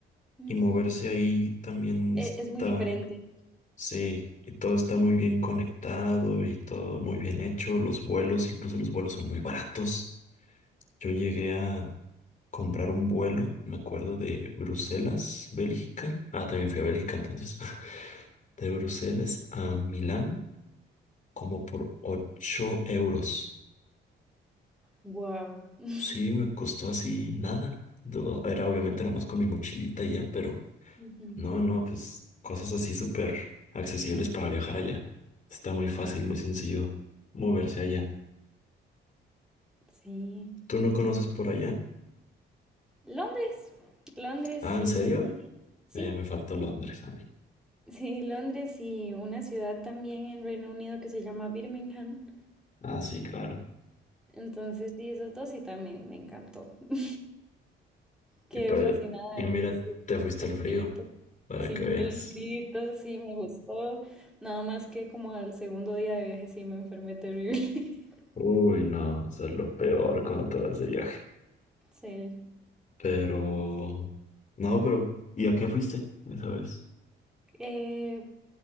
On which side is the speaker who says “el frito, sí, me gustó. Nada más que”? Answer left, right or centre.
Centre